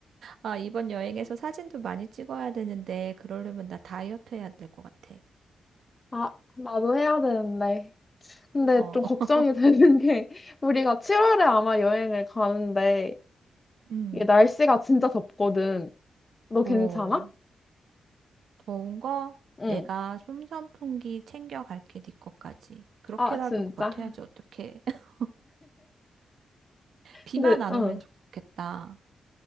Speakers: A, on the right; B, on the left.
A: 아, 이번 여행에서 사진도 많이 찍어야 되는데, 그러려면 나 다이어트 해야 될 것 같아.
B: 아, 나도 해야 되는데. 근데
A: 어.
B: 좀 걱정이
A: <laughs>
B: <laughs> 되는 게 우리가 7월에 아마 여행을 가는데
A: 음.
B: 이게 날씨가 진짜 덥거든. 너 괜찮아?
A: 어, 더운 거
B: 응.
A: 내가 솜선풍기 챙겨갈게, 네 것까지. 그렇게라도
B: 아, 진짜.
A: 버텨야지, 어떡해. <laughs> 비만
B: 근데,
A: 안
B: 응.
A: 오면 좋겠다.